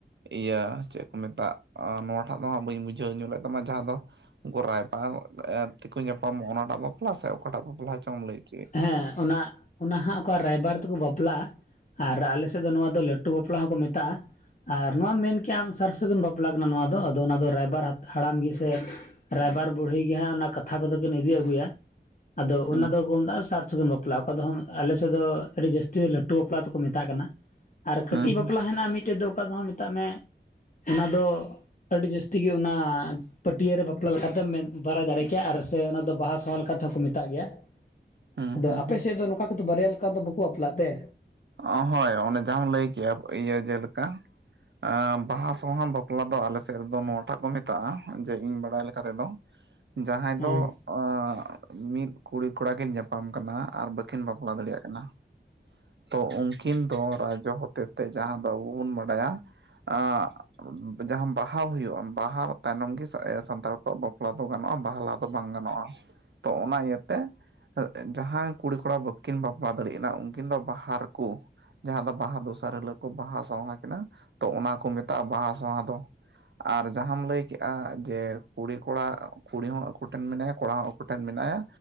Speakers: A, on the right (about 75°); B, on the left (about 45°).
A: ᱤᱭᱟᱹ ᱪᱮᱫ ᱠᱚ ᱢᱮᱛᱟᱜ-ᱟ, ᱱᱚᱣᱟᱴᱟᱜ ᱫᱚᱦᱟᱸᱜ ᱵᱟᱹᱧ ᱵᱩᱡᱷᱟᱹᱣ ᱧᱚᱜ ᱞᱮᱫ ᱛᱟᱢᱟ ᱡᱟᱦᱟᱸ ᱫᱚᱼᱼ ᱨᱟᱭᱵᱟᱨ ᱮᱜ ᱛᱮᱠᱚ ᱧᱟᱯᱟᱢᱚᱜᱼᱟ ᱚᱱᱟᱴᱟᱜ ᱵᱟᱯᱞᱟ ᱥᱮ ᱚᱠᱟᱴᱟᱜ ᱵᱟᱯᱞᱟ ᱪᱚᱢ ᱞᱟᱹᱭᱼᱼ <unintelligible>
B: ᱦᱮᱸ ᱚᱱᱟ, ᱚᱱᱟ, ᱦᱟᱸᱜ ᱚᱠᱟ ᱨᱟᱭᱵᱟᱨ ᱛᱮᱠᱚ ᱵᱟᱯᱞᱟᱜᱼᱟ ᱾ ᱟᱨ ᱟᱞᱮ ᱥᱮᱫ ᱫᱚ ᱱᱚᱣᱟ ᱫᱚ ᱞᱟᱹᱴᱩ ᱵᱟᱯᱞᱟ ᱦᱚᱸᱠᱚ ᱢᱮᱛᱟᱜᱼᱟ ᱾ ᱟᱨ ᱱᱚᱣᱟᱢ ᱢᱮᱱ ᱠᱮᱼᱟ ᱟᱢ ᱥᱟᱨ ᱥᱟᱹᱜᱩᱱ ᱵᱟᱯᱞᱟ ᱠᱟᱱᱟ ᱱᱚᱣᱟ ᱫᱚ ᱟᱫᱚ ᱚᱱᱟ ᱫᱚ ᱨᱟᱭᱵᱟᱨ ᱦᱟᱲᱟᱢ ᱜᱮᱥᱮᱼᱼ ᱨᱟᱭᱵᱟᱨ ᱵᱩᱲᱦᱤ ᱜᱮ ᱦᱟᱸᱜ ᱚᱱᱟ ᱠᱟᱛᱷᱟ ᱠᱚᱫᱚ ᱠᱤᱱ ᱤᱫᱤ ᱟᱹᱜᱩᱭᱟ, ᱟᱫᱚ
A: ᱦᱮᱸ
B: ᱚᱱᱟ ᱫᱚᱼᱼ ᱥᱟᱨ ᱥᱟᱹᱜᱩᱱ ᱵᱟᱯᱞᱟ ᱚᱠᱟ ᱫᱚ ᱟᱞᱮᱥᱮᱫ ᱫᱚ ᱟᱹᱰᱤ ᱡᱟᱹᱥᱛᱤ ᱞᱟᱹᱴᱩ ᱵᱟᱯᱞᱟ ᱫᱚᱠᱚ ᱢᱮᱛᱟᱜ ᱠᱟᱱᱟ ᱾ ᱟᱨ ᱠᱟᱹᱴᱤᱡ
A: ᱦᱮᱸ
B: ᱵᱟᱯᱞᱟ ᱦᱮᱱᱟᱜᱼᱟ ᱢᱤᱫᱴᱮᱡ ᱫᱚ ᱚᱠᱟ ᱫᱚᱦᱟᱜᱸ ᱢᱮᱛᱟᱜ ᱢᱮ, ᱚᱱᱟ ᱫᱚᱼᱼ ᱟᱹᱰᱤ ᱡᱟᱹᱥᱛᱤ ᱜᱮ ᱚᱱᱟᱼᱼ ᱯᱟᱹᱴᱭᱟᱹ ᱨᱮ ᱵᱟᱯᱞᱟ ᱞᱮᱠᱟᱛᱮᱢ ᱵᱟᱲᱟᱭ ᱫᱟᱲᱮ ᱠᱮᱭᱟ ᱥᱮ ᱟᱨ ᱚᱱᱟ ᱫᱚ ᱵᱟᱦᱟ ᱥᱟᱶᱦᱟ ᱞᱮᱠᱟ ᱛᱮ ᱦᱚᱸ ᱠᱚ ᱢᱮᱛᱟᱜ ᱜᱮᱭᱟ ᱾
A: ᱦᱮᱸ
B: ᱟᱫᱚ
A: ᱦᱮᱸ
B: ᱟᱯᱮ
A: ᱦᱮᱸ
B: ᱥᱮᱫ ᱫᱚ ᱱᱚᱝᱠᱟ ᱠᱚᱫᱚ ᱵᱟᱨᱭᱟ ᱞᱮᱠᱟ ᱫᱚ ᱵᱟᱠᱚ ᱵᱟᱯᱞᱟᱜ ᱛᱮ?
A: ᱚ ᱦᱟᱭ ᱚᱱᱮ ᱡᱟᱦᱟᱸᱢ ᱞᱟᱹᱭ ᱠᱮᱭᱟ ᱤᱭᱟᱹ ᱡᱮᱞᱮᱠᱟᱼᱼ ᱟᱸ ᱵᱟᱦᱟ ᱥᱟᱦᱟᱱ ᱵᱟᱯᱞᱟ ᱫᱚ ᱟᱞᱮ ᱥᱮᱫ ᱨᱮᱫᱚ ᱱᱚᱶᱟᱴᱟᱜ ᱠᱚ ᱢᱮᱛᱟᱜᱼᱟ ᱡᱮ ᱤᱧ ᱵᱟᱲᱟᱭ ᱞᱮᱠᱟ ᱛᱮᱫᱚᱼᱼ ᱡᱟᱦᱟᱸᱭ
B: ᱦᱮᱸ
A: ᱫᱚ ᱟᱸᱜ ᱢᱤᱫ ᱠᱩᱲᱤ ᱠᱚᱲᱟ ᱠᱤᱱ ᱧᱟᱯᱟᱢ ᱠᱟᱱᱟ ᱟᱨ ᱵᱟᱹᱠᱤᱱ ᱵᱟᱯᱞᱟ ᱫᱟᱲᱮᱭᱟᱜ ᱠᱟᱱᱟ᱾ ᱛᱚ ᱩᱱᱠᱤᱱ ᱫᱚ ᱨᱟᱡᱚ ᱦᱚᱛᱮᱛᱮ ᱡᱟᱦᱟᱸ ᱫᱚ ᱟᱵᱚ ᱵᱚᱱ ᱵᱟᱰᱟᱭᱟ ᱟᱸᱜᱼᱼ ᱡᱟᱦᱟᱸ ᱵᱟᱦᱟ ᱦᱩᱭᱩᱜᱼᱟ ᱵᱟᱦᱟ ᱛᱟᱭᱱᱚᱢ ᱜᱮ ᱥᱟᱱᱛᱟᱲ ᱠᱚᱣᱟᱜ ᱵᱟᱼᱼ ᱵᱟᱯᱞᱟ ᱫᱚ ᱜᱟᱱᱚᱜᱼᱟ ᱵᱟᱦᱟ ᱞᱟᱦᱟ ᱫᱚ ᱵᱟᱝ ᱜᱟᱱᱚᱜᱼᱟ᱾ ᱛᱚ ᱚᱱᱟ ᱤᱭᱟᱹᱛᱮ ᱡᱟᱦᱟᱸᱭ ᱠᱩᱲᱤ ᱠᱚᱲᱟ ᱵᱟᱹᱠᱤᱱ ᱵᱟᱯᱞᱟ ᱫᱟᱲᱭᱟᱜ ᱠᱟᱱᱟ ᱩᱱᱠᱤᱱ ᱫᱚ ᱵᱟᱦᱟᱼᱼ ᱦᱟᱨ ᱠᱚᱼᱼ ᱡᱟᱦᱟᱸ ᱫᱚ ᱵᱟᱦᱟ ᱫᱚᱥᱟᱨ ᱦᱤᱞᱚᱜ ᱠᱚ ᱵᱟᱦᱟ ᱥᱟᱶᱦᱟ ᱠᱤᱱᱟ ᱛᱚ ᱚᱱᱟ ᱠᱚ ᱢᱮᱛᱟᱜᱼᱟ ᱵᱟᱦᱟ ᱥᱟᱶᱦᱟ ᱫᱚ᱾ ᱟᱨ ᱡᱟᱦᱟᱢ ᱞᱟᱹᱭ ᱠᱮᱜᱼᱟ ᱡᱮ ᱠᱩᱲᱤ ᱠᱚᱲᱟ ᱠᱩᱲᱤ ᱦᱚᱸ ᱟᱠᱚ ᱴᱷᱮᱱ ᱢᱮᱱᱟᱭᱟ ᱠᱚᱲᱟ ᱦᱚᱸ ᱟᱼᱼ ᱠᱚ ᱴᱷᱮᱱ ᱢᱮᱱᱟᱭᱟ